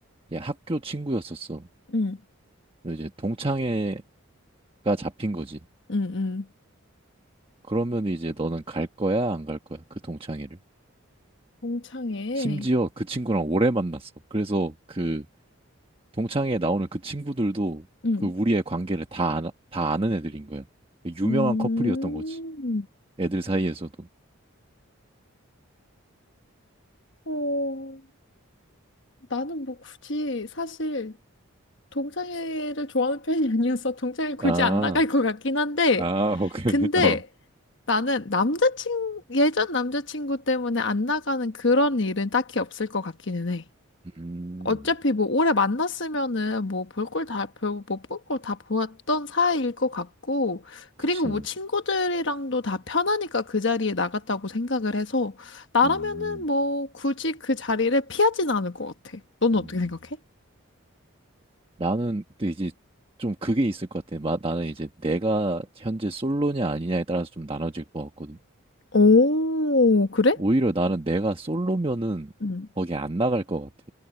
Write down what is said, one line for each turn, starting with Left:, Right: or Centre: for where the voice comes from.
Right: 이제 학교 친구였었어.
Left: 응,
Right: 그리고 이제 동창회가 잡힌 거지.
Left: 응, 응.
Right: 그러면 이제 너는 갈 거야, 안 갈 거야? 그 동창회를.
Left: 동창회.
Right: 심지어 그 친구랑 오래 만났어. 그래서 그 동창회에 나오는 그 친구들도
Left: 응.
Right: 그 우리의 관계를 다, 아나- 다 아는 애들인 거야. 유명한
Left: 음.
Right: 커플이었던 거지. 애들 사이에서도.
Left: 어, 나는 뭐 굳이 사실 동창회를 좋아하는 편이 <laughs> 아니어서 동창회 굳이
Right: 아,
Left: 안 나갈 것 같긴 한데,
Right: 아, 오케이.
Left: 근데
Right: <laughs> 어.
Left: 나는 남자친, 예전 남자친구 때문에 안 나가는 그런 일은 딱히 없을 것 같기는 해.
Right: 음,
Left: 어차피 뭐 오래 만났으면은 뭐 볼 걸 다, 별뭐볼걸 다 보았던 사이일 것 같고, 그리고
Right: 그치.
Left: 뭐 친구들이랑도 다 편하니까 그 자리에 나갔다고 생각을 해서, 나라면은
Right: 음,
Left: 뭐 굳이 그 자리를 피하진 않을 것 같아. 너는
Right: 음.
Left: 어떻게 생각해?
Right: 나는 근데 이제 좀 그게 있을 것 같아. 마, 나는 이제 내가 현재 솔로냐 아니냐에 따라서 좀 나눠질 것 같거든.
Left: 오, 그래?
Right: 오히려 나는 내가 솔로면은
Left: 응.
Right: 거기 안 나갈 것 같아.